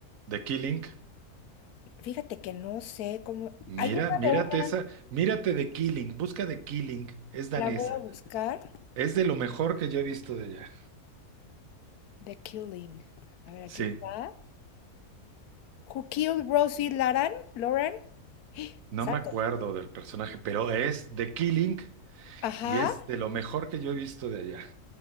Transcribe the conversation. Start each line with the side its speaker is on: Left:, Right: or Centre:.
Right: The Killing.
Left: Fíjate que no sé cómo.
Right: Mira,
Left: Hay una
Right: mírate
Left: de una,
Right: esa, mírate de Killing, busca de Killing, es danesa,
Left: la voy a buscar.
Right: es de lo mejor que yo he visto de allá.
Left: The Killing. A ver, aquí
Right: Sí,
Left: está. Who Killed Rosie Laran? Lauren?
Right: no
Left: Santo.
Right: me acuerdo del personaje, pero es de Killing
Left: Ajá.
Right: y es de lo mejor que yo he visto de allá.